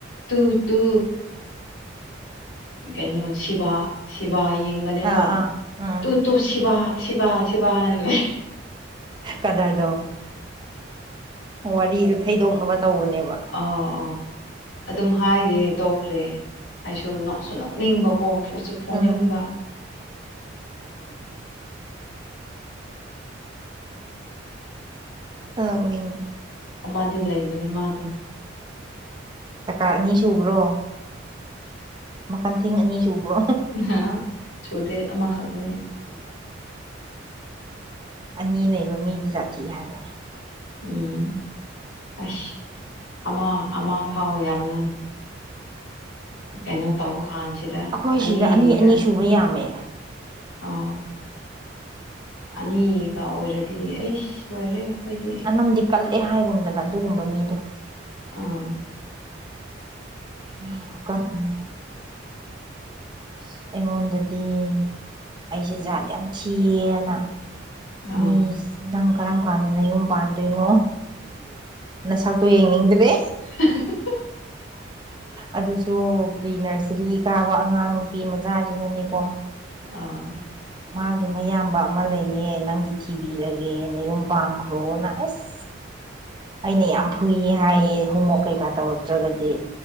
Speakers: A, on the left (about 80°); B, on the right (about 25°).
A: ꯇꯨ ꯇꯨ ꯀꯩꯅꯣ ꯁꯤꯕꯥ ꯁꯤꯕꯥ ꯕꯅꯦꯕ
B: ꯑꯥ ꯑꯥ ꯎꯝ
A: ꯇꯨ ꯇꯨ ꯁꯤꯚ ꯁꯤꯚ ꯁꯤꯚ ꯍꯥꯏꯅ ꯂꯩ
B: ꯀꯗꯔꯗꯣ ꯋꯥꯔꯤꯗꯣ ꯊꯩꯗꯣꯛꯅꯕ ꯇꯧꯕꯅꯦꯕ
A: ꯑꯥꯎ ꯑ ꯑꯗꯨꯝ ꯍꯥꯏꯔꯤꯦ ꯇꯣꯛꯈ꯭ꯔꯦ ꯑꯩꯁꯨꯁꯨ ꯅꯣꯛꯅꯤꯡꯕ ꯠꯁꯨ ꯐꯣꯟꯅꯤꯡꯕ
B: ꯎꯝ ꯑ
A: ꯑꯃꯗꯤ ꯂꯩꯕꯅꯦ ꯃꯥꯗ
B: ꯆꯀꯥꯔ ꯑꯅꯤ ꯁꯨꯕ꯭ꯔꯣ ꯃꯈꯟꯊꯦꯡ ꯑꯅꯤ ꯁꯨꯕ꯭ꯔꯣ
A: ꯍꯥ ꯁꯣꯗꯦ ꯑꯃ ꯈꯔꯅꯤ
B: ꯑꯅꯤ ꯂꯩꯕ ꯃꯤꯗꯤ ꯖꯥꯊꯤ ꯍꯥꯏꯕꯅꯦ
A: ꯎꯝ ꯑꯁ ꯑꯃ ꯑꯃ ꯐꯥꯎ ꯌꯥꯝꯅ ꯀꯩꯅꯣ ꯇꯧꯕ ꯀꯥꯟꯁꯤꯗ
B: ꯑꯩꯈꯣꯏ
A: ꯑꯅꯤꯒ
B: ꯁꯤꯗ ꯑꯅꯤ ꯑꯅꯤ ꯁꯨꯕ ꯌꯥꯝꯃꯦ
A: ꯑ ꯑꯅꯤꯒ ꯑꯣꯏꯔꯗꯤ ꯑꯩꯁ ꯂꯣꯏꯔꯦ ꯑꯩꯈꯣꯏꯗꯤ
B: ꯑꯅꯝꯗꯤ ꯀꯜꯂꯦ ꯍꯥꯏꯒꯨꯝꯗꯅ ꯑꯗꯨꯒꯨꯝꯕ ꯃꯤꯗꯣ
A: ꯑꯥ
B: ꯅꯝ ꯈꯨꯀꯟ ꯑꯃꯅꯦ ꯑꯁ ꯑꯩꯉꯣꯟꯗꯗꯤ ꯑꯩꯁꯦ ꯖꯥꯠ ꯌꯥꯝ ꯊꯤꯌꯦꯅ
A: ꯑꯥ
B: ꯃꯤꯁ ꯅꯪ ꯀꯔꯝ ꯀꯥꯟꯗ ꯅꯌꯨꯝ ꯄꯥꯟꯗꯣꯏꯅꯣ ꯅꯁꯛꯇꯣ ꯌꯦꯗ꯭ꯔꯦ
A: <inaudible>
B: ꯑꯗꯨꯁꯨ ꯄ꯭ꯔꯤ ꯅꯔꯁꯔꯤ ꯀꯥꯕ ꯑꯉꯥꯡ ꯅꯨꯄꯤ ꯃꯆꯥꯁꯤꯡꯅꯅꯦꯀꯣ
A: ꯑꯥ
B: ꯃꯥꯒꯤ ꯃꯌꯥꯝꯕ ꯑꯃ ꯂꯩꯌꯦ ꯅꯪꯒꯤ ꯊꯤꯕꯤꯔꯒꯦ ꯅꯌꯨꯝ ꯄꯥꯟꯈ꯭ꯔꯣꯅ ꯑꯁ ꯑꯩꯅ ꯌꯥꯝ ꯐꯨꯏꯌꯦ ꯍꯥꯏꯌꯦ ꯍꯣꯝꯋꯛ ꯀꯩꯀꯥ ꯇꯧꯔꯛꯇ꯭ꯔꯒꯗꯤ